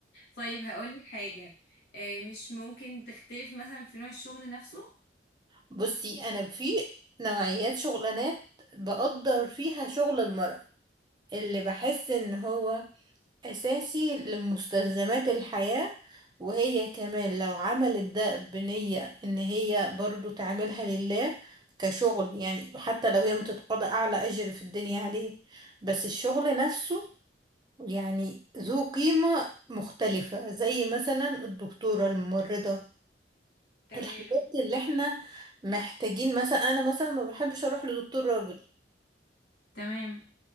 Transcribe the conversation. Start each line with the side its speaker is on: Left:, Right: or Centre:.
Left: طيب هقولك حاجة آه، مش ممكن تختلف مثلا في نوع الشغل نفسه
Right: بصي انا في نوعيات شغلانات بقدر فيها شغل المرأة اللي بحس ان هو اساسي لمستلزمات الحياة وهي كمان لو عملت ده بنية ان هي برضو تعملها لله كشغل يعني حتى لو هي متتقاضى اعلى اجر في الدنيا عليه بس الشغل نفسه يعني ذو قيمة مختلفة زي مثلا الدكتورة الممرضة
Left: تمام
Right: الحاجات اللي احنا محتاجين مثلا انا مثلا ما بحبش اروح لدكتور راجل
Left: تمام